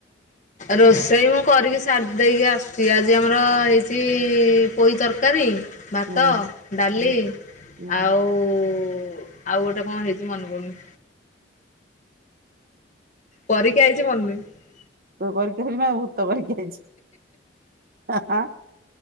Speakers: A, on the left (about 40°); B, on the right (about 50°).
A: ରୋଷେଇ ମୁଁ କରିକି ସାରି ଦେଇକି ଆସୁଛି ଆଜି ଆମର ହେଇଛି ପୋଇ ତରକାରୀ। ଭାତ
B: ହୁଁ
A: ଡାଲି
B: ହୁଁ ହୁଁ
A: ଆଉ। ଆଉ ଗୋଟେ କଣ ହେଇଛି ମନେ ପଡୁନି? କରିକି ଆଇଚି ମନେ ନାହିଁ।
B: ତୁ କରିକି ଆଇଚୁ ନା ଭୁତ କରିକି ଆଇଚି ହାଁ ହାଁ।